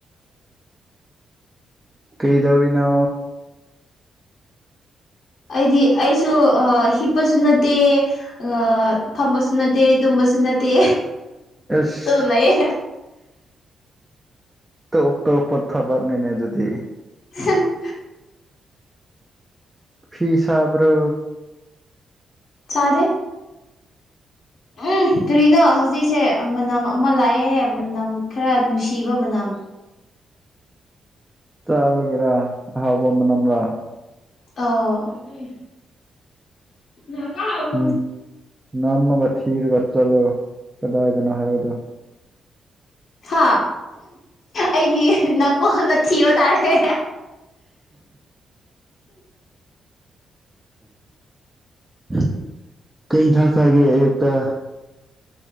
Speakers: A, on the right; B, on the left.
A: ꯀꯩꯗꯧꯔꯤꯅꯣ
B: ꯑꯩꯗꯤ ꯑꯩꯁꯨ ꯑ ꯍꯤꯞꯄꯁꯨ ꯅꯠꯇꯦ ꯑ ꯐꯝꯕꯁꯨ ꯅꯠꯇꯦ ꯇꯨꯝꯕꯁꯨ ꯅꯠꯇꯦ
A: ꯑꯦꯁ
B: ꯑꯗꯨꯝ ꯂꯩꯌꯦ
A: ꯇꯣꯞ ꯇꯣꯞꯄ ꯊꯕꯛꯅꯤꯅꯦ ꯑꯗꯨꯗꯤ
B: <inaudible>
A: ꯐꯤ ꯁꯥꯕ꯭ꯔꯣ꯫
B: ꯁꯥꯗꯦ ꯎꯝ ꯀꯔꯤꯅꯣ ꯍꯧꯖꯤꯛꯁꯦ ꯃꯅꯝ ꯑꯃ ꯂꯥꯛꯑꯦꯍꯦ ꯃꯅꯝ ꯈꯔ ꯅꯨꯡꯁꯤꯕ ꯃꯅꯝ
A: ꯆꯥꯕꯒꯦꯔꯥ ꯑꯍꯥꯎꯕ ꯃꯅꯝꯂꯔꯥ
B: ꯑꫭ <unintelligible>
A: ꯎꯝ ꯅꯝꯃꯒ ꯊꯤꯔꯒ ꯆꯠꯂꯣ ꯀꯗꯥꯏꯗꯅꯣ ꯍꯥꯏꯕꯗꯣ
B: ꯍꯥ ꯑꯩꯒꯤ ꯅꯀꯣꯟꯅ ꯊꯤꯕ ꯇꯥꯔꯦ꯫
A: <inaudible> ꯀꯩ ꯏꯟꯁꯥꯡ ꯆꯥꯒꯦ ꯑꯌꯨꯛꯇ